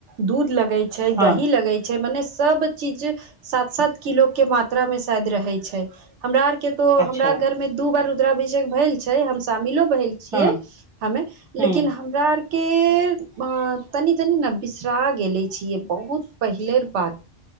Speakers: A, on the right; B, in the centre.
A: दूध लग लगै छै
B: हँ
A: दही लगै छै मने सब चीज सात सात किलो के मात्रा मे शायद रहे छै हमरा आर के के तो
B: अच्छा
A: हमरा घर मे दू बार रुद्राभिषेक भेल छै हम सामीलो भैल छियै
B: हँ
A: हमे लेकिन
B: हँ
A: हमरा आर के के तनी तनी न बिसरा गेले छियै बहुत पहिले बात